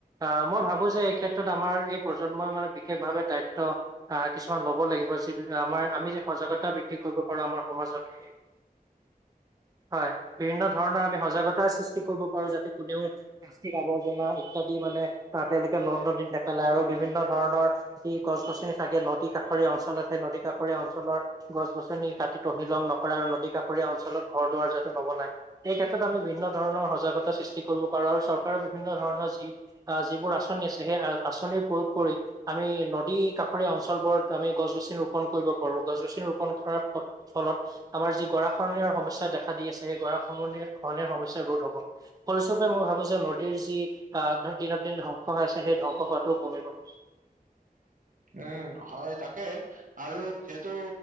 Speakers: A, on the right; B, on the right.
A: অ মই ভাবো যে এই ক্ষেত্ৰত আমাৰ এই প্ৰজন্মই মানে বিশেষভাৱে দায়িত্ব আহ কিছুমান ল'ব লাগিব আম আমি যে সজাগতা বৃদ্ধি কৰিব পাৰোঁ আমাৰ সমাজত। হয়, বিভিন্ন ধৰণৰ আমি সজাগতা সৃষ্টি কৰিব আৰু যাতে কোনেও প্লাষ্টিক আৱৰ্জনা ইত্যাদি মানে আহ তেওঁলোকে নদ-নদীত নেপেলাই, আৰু বিভিন্ন ধৰণৰ ধৰণৰ যি গছ- গছনি থাকে নদী কাষৰীয়া অঞ্চলত সে নদী কাষৰীয়া অঞ্চলৰ গছ- গছনি কাটি তহিলং নকৰে আৰু নদী কাষৰীয়া অঞ্চলত ঘৰ দুৱাৰ যতে নবনাই এই ক্ষেত্ৰ আমিভিন্ন ধৰণৰ সজাগত <unintelligible> সৃষ্টি কৰিব পাৰো আৰু চৰকাৰৰ বিভিন্ন ধৰণৰ যি, আ যিবোৰ আঁচনি আছে সেই আ আঁচনিৰ প্ৰয়োগ কৰি আমি নদী কাষৰীয়া অঞ্চল বোৰত আমি গছ- গছনি ৰোপন কৰিব পাৰোঁ গছ-গছনি ৰোপন কৰাৰ ফলত আমাৰ যি গৰাখৰনিয়াৰ সমস্যা দেখা দি আছে সেই গৰাখমনি খহনিয়াৰ সমস্যা ৰোধ হ'ব। ফলস্বৰূপে মই ভাবোঁ যে নদীৰ যি আ‌ ধৰ দিনক দিনতে ধ্বংস হৈ আছে সেই ধ্বংস হোৱাটোও কমিব। <inaudible>
B: উম হয়, তাকে আৰু যিহেতু